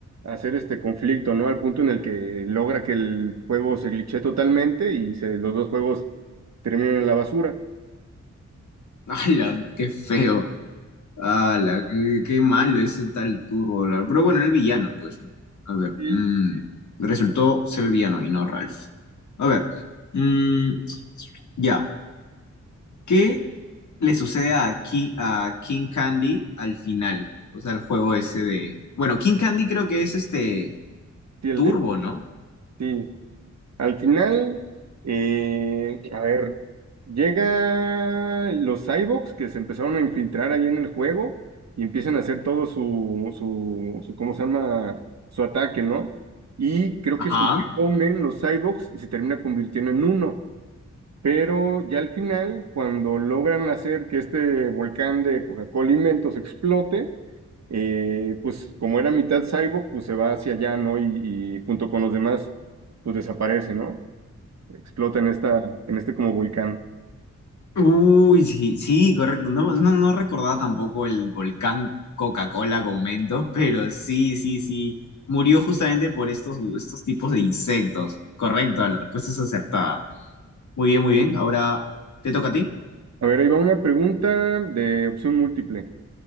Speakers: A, on the right (about 60°); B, on the left (about 70°).
A: hacer este conflicto, ¿no? Al punto en el que logra que el juego se glitche totalmente y se, los dos juegos terminan en la basura.
B: ¡Hala! ¡Qué feo! ¡Hala! Qué, qué malo ese tal Turbo! la- Pero bueno, era el villano, pues, ¿no? A ver.
A: Sí,
B: mm, Resultó ser el villano y no Ralph. A ver. mm, ya. ¿Qué? le sucede a King, a King Candy al final. O sea, el juego ese de. Bueno, King Candy creo que es este
A: sí, el-
B: Turbo, ¿no?
A: sí, Al final, eh, a ver, llega los cyborgs que se empezaron a infiltrar ahí en el juego y empiezan a hacer todo su, su, su ¿cómo se llama? Su ataque, ¿no? Y creo
B: Ajá.
A: que se lo comen los cyborgs y se termina convirtiendo en uno. Pero ya al final, cuando logran hacer que este volcán de Coca-Cola Inventos explote, eh, pues como era mitad cyborg, pues se va hacia allá, ¿no? y y junto con los demás, pues desaparece, ¿no? Explota en esta, en este como volcán.
B: Uy, sí, sí, correcto. No, no, no recordaba tampoco el volcán Coca-Cola con Mentos, pero sí, sí, sí. Murió justamente por estos, estos tipos de insectos. Correcto, la respuesta es acertada. Muy bien, muy bien. Ahora te toca a ti.
A: A ver, ahí va una pregunta de opción múltiple.